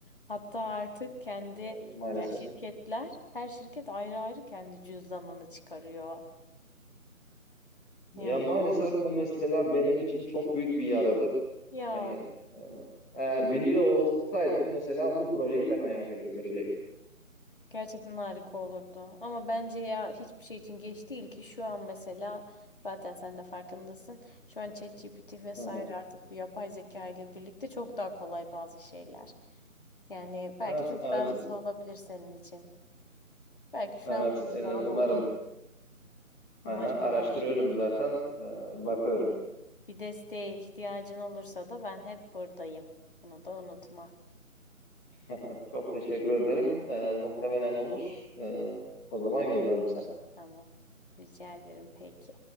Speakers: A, on the left (about 40°); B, in the centre.
A: Hatta artık kendi
B: Evet, maalesef.
A: ya şirketler her şirket ayrı ayrı kendi cüzdanını çıkarıyor.
B: Ya
A: Yani
B: maalesef bu mesela
A: evet.
B: benim için çok büyük bir yaradır.
A: ya
B: Hani e, eğer biliyor olsaydım mesela bu projeyi ben hayata geçirecektim.
A: Gerçekten harika olurdu. Ama bence ya hiçbir şey için geç değil ki şu an mesela zaten sen de farkındasın. Şu an ChatGPT vesaire
B: Hı hı.
A: artık bu yapay zeka ile birlikte çok daha kolay bazı şeyler. Yani belki
B: Evet,
A: çok
B: evet,
A: daha hızlı olabilir senin için. Belki şu
B: evet.
A: an bir
B: e,
A: zaman
B: umarım.
A: olabilir. Umarım
B: Aha, araştırıyorum
A: valla.
B: zaten. E, bakıyorum.
A: Bir desteğe ihtiyacın olursa da ben hep buradayım. Bunu da unutma.
B: <laughs> Çok teşekkür ederim. E, muhtemelen olur. E, o zaman yazarım sana.
A: Tamam. Rica ederim peki.